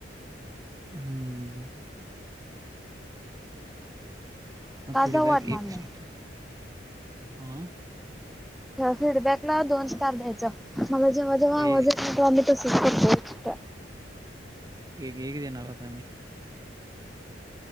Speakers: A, on the right (about 20°); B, in the centre.
A: हम्म! मग
B: का
A: फीडबॅक
B: जाऊ वाटणार
A: एक
B: नाही.
A: शी आ
B: ह्या फीडबॅक ला दोन स्टार द्यायचा. मला जेव्हा-जेव्हा
A: ए
B: आवाज येत नाही तेव्हा मी तसंच करतोय. <inaudible>
A: एक-एक देणार आता मी.